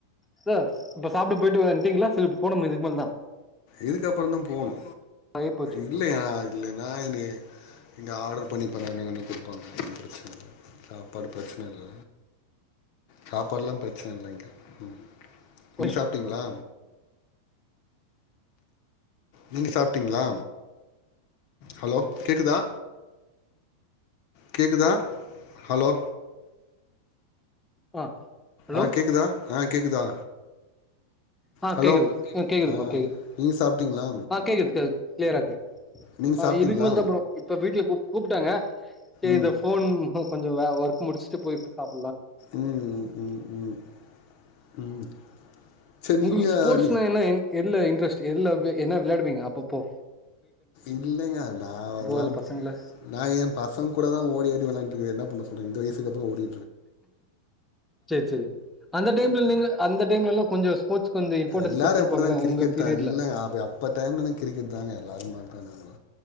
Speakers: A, in the centre; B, on the left (about 45°).
A: சா இப்ப சாப்புட போயிட்டு வன்ட்டீங்ளா ச இப்ப போனுமா இதுக் மேலதா
B: இதுக்கப்பறந்தா போனு
A: ஆகி போச்சு
B: இல்லயா இல்ல நா இனி இங்க ஆர்டர் பண்ணி பண்ண <unintelligible> குடுப்பாங்க ஒன்னு பிரச்சனல்ல சாப்பாடு பிரச்சன இல்ல சாப்பாடு லா பிரச்சன இல்ல இங்க ம்
A: ஒரு
B: நீங்க
A: நிமிஷோ
B: சாப்டீங்களா? நீங்க சாப்டீங்ளா ஹலோ கேக்குதா கேக்குதா ஹலோ
A: ஆ ஹலோ
B: ஆ கேக்குதா ஆ கேக்குதா
A: ஆ
B: ஹலோ
A: கேக்குது கேக்குது
B: ஆ
A: ப்ரோ
B: நீங்க சாப்ட்டீங்களா
A: ஆ கேக்குது கேக் க்ளியரா கே
B: நீங்க
A: ஆ
B: சாப்ட்டீங்களா
A: இதுக்கு மேல் தா ப்ரோ இப்ப பீட்டிய உங்க கூப்டாங்க செரி
B: ம்
A: இந்த ஃபோன் கொஞ்சோ வ ஒர்க் முடிச்சுட்டு போய் இப் சாப்
B: ம் ம் ம் ம் ம் சரி
A: உங்ளுக்
B: நீங்க
A: ஸ்போர்ட்ஸ்னா
B: நீ
A: என்ன இன் எதுல இன்ட்ரெஸ்ட் எதுல வெ என்ன வெளாடுவீங்க அப்பபோ
B: இல்லங்க அது நா அதெல்லா
A: இல்ல பசங்கள
B: போ நா எ பசங் கூடலா ஓடியாடி வெளாண்டது கெடையாது என்னா பண்ண சொ இந்த வயசுக்கு அப்றோ ஓடி
A: செரி செரி அந்த டைம்ல நீங்க அந்த டைம்லலா கொஞ்சோ ஸ்போர்ட்ஸ் கொஞ்சோ இம்பார்ட்டன்ஸ்
B: எல்லாரு
A: குடுத்துருப்பாங்கள
B: அப்டிதா கிரிக்கெட்தா
A: உங்க பீரியட்ல
B: எல்லா அப்ப டைம்லதா கிரிக்கெட் தாங்க எல்லாரு மாரி பண்ணாணு